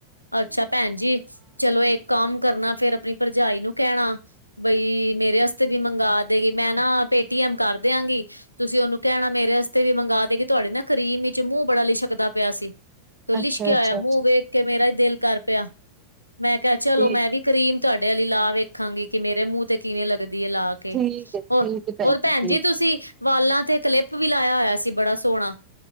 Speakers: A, on the left (about 85°); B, on the right (about 25°).
A: ਅੱਛਾ। ਭੈਣ ਜੀ, ਚਲੋ ਇੱਕ ਕੰਮ ਕਰਨਾ। ਫੇਰ ਆਪਣੀ ਭਰਜਾਈ ਨੂੰ ਕਹਿਣਾ ਬਈ, ਮੇਰੇ ਵਾਸਤੇ ਵੀ ਮੰਗਵਾ ਦੇਗੀ। ਮੈਂ ਨਾ ਪੇਟੀਐਮ ਕਰ ਦਿਆਂਗੀ। ਤੁਸੀਂ ਉਹਨੂੰ ਕਹਿਣਾ ਮੇਰੇ ਵਸਤੇ ਵੀ ਮੰਗਵਾ ਦੇ ਕਿ ਤੁਹਾਡੀ ਨਾ ਕਰੀਮ ਵਿੱਚ ਮੂੰਹ ਬੜਾ ਛਕਦਾ ਪਿਆ ਸੀ ਤ ਲਿਸ਼ਕੀਆ
B: ਅੱਛਾ ਅੱਛਾ
A: ਹੋਇਆ ਮੂੰਹ
B: ਅੱਛਾ
A: ਵੇਖ ਕੇ ਮੇਰਾ ਹੀ ਦਿਲ ਕਰ ਪਿਆ ਮੈਂ ਕਿਹਾ ਚਲੋ
B: ਠੀਕ
A: ਮੈਂ ਵੀ। ਕਰੀਮ ਤੁਹਾਡੇ ਵਾਲੀ ਲਾ ਵੇਖਾਂਗੀ ਕਿ ਮੇਰੇ ਮੂੰਹ ਤੇ ਕਿਵੇਂ ਲੱਗਦੀ ਹੈ ਲਾ। ਹੋ
B: ਠੀਕ ਹੈ ਠੀਕ ਹੈ
A: ਹੋਰ ਭੈਣ
B: ਠੀਕ
A: ਜੀ ਤੁਸੀਂ ਵਾਲਾਂ ਤੇ ਕਲਿੱਪ ਵੀ ਲਾਇਆ ਹੋਇਆ ਸੀ ਬੜਾ ਸੋਹਣਾ।